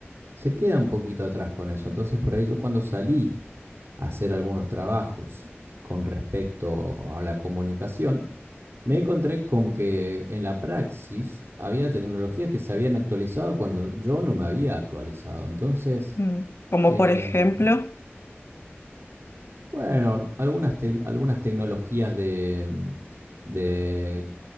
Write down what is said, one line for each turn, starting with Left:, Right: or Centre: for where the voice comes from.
Right: se queda un poquito atrás con eso. Entonces por ahí yo cuando salí a hacer algunos trabajos con respecto a la comunicación, me encontré con que en la praxis había tecnologías que se habían actualizado cuando yo no me había actualizado. Entonces,
Left: mm. Como
Right: em,
Left: por ejemplo,
Right: bueno, algunas, te- algunas tecnologías de, de,